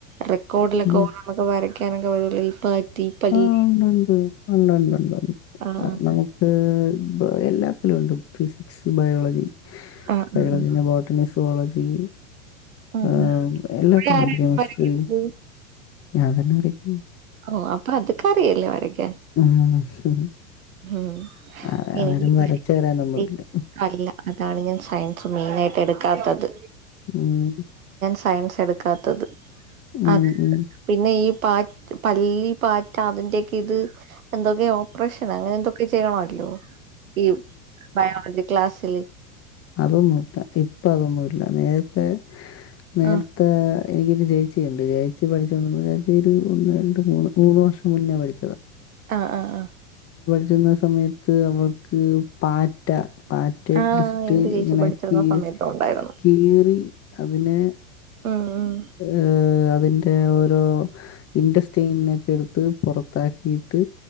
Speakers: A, on the right; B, on the left.
A: റെക്കോർഡിലൊക്കെ
B: അങ്ങനെയൊന്നുമില്ല
A: ഓരോന്നൊക്കെ വര ക്കാനൊക്കെ വരൂ ഈ പല്ലി
B: ആ ഉണ്ട്ണ്ട് ഉണ്ട് ഉണ്ട് ഉണ്ട്
A: ആഹ്
B: കാരണം നമുക്ക് എല്ലാത്തിലും ഉണ്ട് ഫിസിക്സ് ബയോളജി,
A: ആഹ്
B: ബയോളജീ,
A: ആഹ്
B: ബോട്ടണി, സോളജി
A: ആഹ് ആഹ്
B: ആ
A: ആഹ് ആഹ്
B: എല്ലാത്തിലും
A: അവിടെ ആരായിരുന്നു
B: ഉണ്ട്. കെമിസ്ട്രി
A: വരയ്ക്കുന്നത്?
B: ഞാൻതന്നെ വരയ്ക്കും
A: ഓ അപ്പൊ അത്ഒക്കെ അറിയില്ലേ വരയ്
B: ആ ഹും
A: ഉം
B: ആ
A: എനിക്ക്
B: ആരും വരച്ചുതരാനൊന്നുമില്ല.
A: മറ്റേ അല്ല ഞാൻ സയൻസ്മെയിനായിട്ട് എടുക്കാത്തത്.
B: ഉം.
A: സയൻസ് എടുക്കാത്തത്.
B: ഉം,
A: അ
B: ഉം.
A: പിന്നെ ഈ പാ പല്ലി, പാറ്റ അതിന്റെ ഒക്കെ ഇത് എന്തൊക്കെ ഓപ്പറേഷൻ അങ്ങനെ എന്തൊക്കെ ചെയ്യണമല്ലോ ഈ ബയോളജി ക്ലാസ്സിൽ?
B: അതൊന്നുമില്ല. ഇപ്പ അതൊന്നും ഇല്ല. നേരത്തെ നേരത്തെ
A: ആഹ്
B: എനിക്കൊരു ചേച്ചിയുണ്ട്. ചേച്ചി പഠിച്ചുകൊണ്ടിരുന്നത് എന്റെ ഒരു ഒന്ന് രണ്ട് മൂന്ന് മൂന്ന് വർഷം മുന്നേ പഠിച്ചതാ.
A: ആ ആ ആ
B: പറ്റുന്ന സമയത്ത് അവൾക്ക് പാറ്റ പാറ്റയെ
A: ആഹ്
B: പിടിച്ച ഇട്ട്
A: എന്റെ ചേച്ചി
B: ഇങ്ങനെ
A: പഠിച്ചിരുന്ന
B: കീ
A: സമയത്ത് ഉണ്ടായിരുന്നു
B: കീറി അതിനെ
A: ഉം ഉം
B: ഏ അതിന്റെ ഓരോ ഇന്റസ്റ്റ് ചെയ്യുന്ന തൊക്കെ എടുത്ത് പുറത്താക്കി ട്ട്